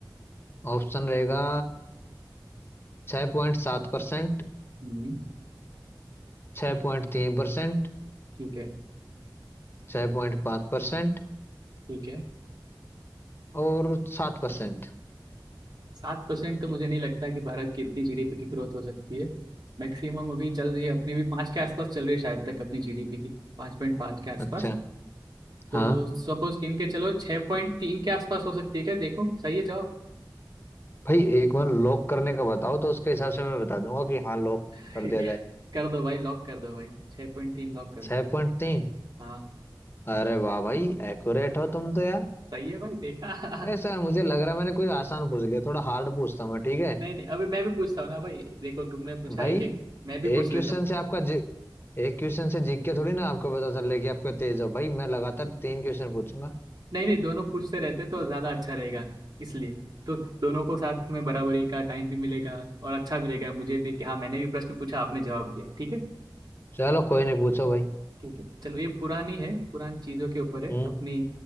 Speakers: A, on the left; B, on the right.
A: ऑप्शन रहेगा 6.7 परसेंट
B: हम्म
A: 6.3 परसेंट
B: ठीक है
A: 6.5 परसेंट
B: ठीक है
A: और सात परसेंट
B: सात परसेंट तो मुझे नहीं लगता कि भारत की इतनी जीडीपी की ग्रोथ हो सकती है मैक्सिमम अभी चल रही है अपनी भी पाँच के आसपास चल रही है शायद तक अपनी जीडीपी की पाँच पॉइंट पाँच के आसपास
A: अच्छा
B: तो
A: हाँ
B: सपोज गिन के चलो छह पॉइंट तीन के आसपास हो सकती है क्या देखो सही है जवाब
A: भाई एक बार लॉक करने का बताओ तो उसके हिसाब से मैं बता दूंगा कि हाँ लॉक
B: <laughs>
A: कर दिया जाए
B: कर दो भाई लॉक कर दो भाई छह पॉइंट तीन लॉक कर दो
A: छह पॉइंट तीन
B: हाँ
A: अरे वाह भाई एक्यूरेट हो तुम तो यार
B: सही है भाई देखा <laughs>
A: ऐसा यार मुझे लग रहा है मैंने कोई आसान पूछ लिया थोड़ा हार्ड पूछता हूँ मैं ठीक है
B: नहीं नहीं अभी मैं भी पूछता हूँ ना भाई देखो तुमने पूछा
A: भाई
B: एक एक मैं भी पूछ
A: एक क्वेश्चन
B: लेता हूँ
A: से आपका जी एक क्वेश्चन से जीत के थोड़ी ना आपको पता चल रहा है कि आपको तेज हो भाई मैं लगातार तीन क्वेश्चन पूछूंगा
B: नहीं नहीं दोनों पूछते रहते तो ज्यादा अच्छा रहेगा इसलिए तो दोनों को साथ में बराबरी का टाइम भी मिलेगा और अच्छा भी लगेगा मुझे भी कि हाँ मैंने भी प्रश्न पूछा आपने जवाब दिया ठीक है
A: चलो कोई नहीं पूछो भाई
B: ठीक है चलो ये पुरानी है पुरानी चीजों के ऊपर है
A: हम्म
B: अपनी